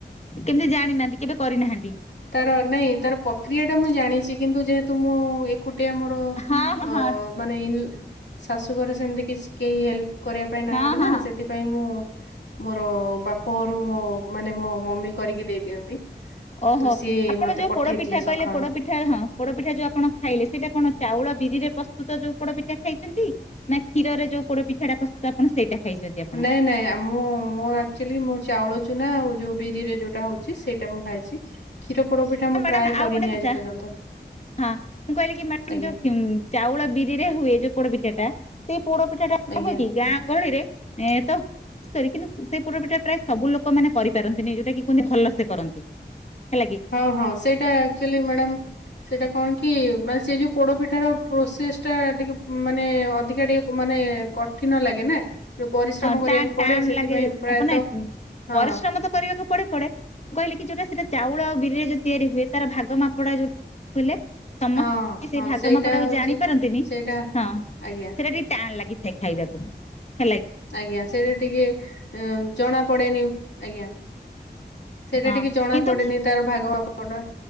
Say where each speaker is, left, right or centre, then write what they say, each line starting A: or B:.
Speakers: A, on the left (about 40°); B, on the left (about 80°).
A: କେମିତି ଜାଣିନାହାନ୍ତି କେବେ କରିନାହାନ୍ତି।
B: ତାର ନାଇଁ ତାର ପ୍ରକ୍ରିୟା ଟା ମୁଁ ଜାଣିଛି କିନ୍ତୁ ଯେହେତୁ ମୁଁ ଏକୁଟିଆ ଆ ମୋର
A: ହଁ
B: ଅ
A: ହଁ
B: ମାନେ ଇନ ଶାଶୁଘରେ ସେମତି କିଛି କେହି ହେଲ୍ପ କରିବା ପାଇଁ ନାହାନ୍ତି
A: ହଁ ହଁ ହଁ
B: ନା
A: ହଁ
B: ସେଥିପାଇଁ ମୁଁ ମୋର ବାପ ଘରୁ ମୋ ମାନେ ମୋ ମମି କରିକି ଦେଇ ଦିଅନ୍ତି।
A: ଓ
B: ତ
A: ହୋ
B: ସିଏ
A: ଆପଣ
B: ମତେ
A: ଯୋଉ
B: ପଠେଇଥିଲେ
A: ପୋଡପିଠା କହିଲେ
B: ସକାଳୁ।
A: ପୋଡପିଠା ପିଠା ହଁ ପୋଡପିଠା ଯୋଉ ଆପଣ ଖାଇଲେ ସେଇଟା କଣ ଚାଉଳ ବିରି ରେ ପ୍ରସ୍ତୁତ ଯୋଉ ପୋଡପିଠା ଖାଇଛନ୍ତି? ନାଁ କ୍ଷୀରରେ ଯୋଉ ପୋଡ ପିଠାଟା ପ୍ର ତ ଆପଣ ସେଇଟା ଖାଇଛନ୍ତି। ଆପଣ
B: ନାଇଁ ନାଇଁ ଆମ ମୋ ଆ ଅକ୍ଚୁଆଲି ମୋ ଚାଉଳ ଚୁନା ଆଉ ଯୋଉ ବିରିରେ ଯୋଉଟା ହଉଛି ସେଇଟା ମୁଁ ଖାଇଛି। ଖିର ପୋଡ଼ ପିଠା। ମୁଁ
A: ମ୍ୟାଡ଼ାମ
B: ଟ୍ରାଏ କରିନି
A: ଆଉ ଗୋଟେ କଥା।
B: ଆଜି ପର୍ଯ୍ୟନ୍ତ
A: ହଁ, ମୁଁ କହିଲି କି ମ୍ୟାଡ
B: ଆଜ୍ଞା
A: ଯୋଉ ଚାଉଳ ବିରି ରେ ହୁଏ ଯୋଉ ପୋଡପିଠା ଟା ସେଇ ପୋଡପିଠା ଟା
B: ଆଜ୍ଞା।
A: ହୁଏ କି? ଗାଁ ଗହଳିରେ ଏ ତ। କିନ୍ତୁ ସେ ପୋଡ଼ ପିଠା ଟା ପ୍ରାୟ ସବୁ ଲୋକ ମାନେ କରିପାରନ୍ତିନି ଯୋଉଟା କି କୁହନ୍ତି ଭଲ ସେ କରନ୍ତି ହେଲା କି?
B: ହଁ- ହଁ ସେଇଟା ଆକ୍ଚୁଆଲି ମ୍ୟାଡ଼ମ ସେଇଟା କଣ କି ମାନେ ସେ ଯୋଉ ପୋଡପିଠା ର ପ୍ରୋସେସ୍ ଟା ଟିକେ ମାନେ ଅଧିକା ଟିକେ ମାନେ- କଠିନ ଲାଗେ ନା ପରିଶ୍ରମ
A: ହଁ
B: କରିବାକୁ
A: ଟାଣ ଟାଣ
B: ପଡେ ସେଥିପାଇଁ
A: ଲାଗେ
B: ପ୍ରାୟତଃ
A: ଆପଣ ପରିଶ୍ରମ
B: ହଁ,
A: ତ କରିବାକୁ ପଡେ - ପଡେ। ମୁଁ କହିଲି କି ଯୋଉଟା ସେଟା ଚାଉଳ ଆଉ ବିରିଆ ଯୋଉ ତିଆରି ହୁଏ ତାର ଭାଗ ମାପଟା ଯୋଉଟା କହିଲେ। ସମସ୍ତେ
B: ହଁ
A: ସେ
B: ହଁ
A: ଭାଗ
B: ସେଇଟା
A: ମାପଟାକୁ
B: ହଉଛି
A: ଜାଣିପାରନ୍ତିନି।
B: ସେଇଟା
A: ହଁ,
B: ଆଜ୍ଞା
A: ସେଇଟା ଟିକେ ଟାଣ ଲାଗିଥାଏ ଖାଇବାକୁ ହେଲା କିି?
B: ଆଜ୍ଞା ସେଇଟା ଟିକେ ଜଣା ପଡେନି। ଆଜ୍ଞା, ସେଇଟା
A: ହଁ
B: ଟିକେ ଜଣା
A: କିନ୍ତୁ
B: ପଡନି ତାର ଭାଗ ମାପଟା।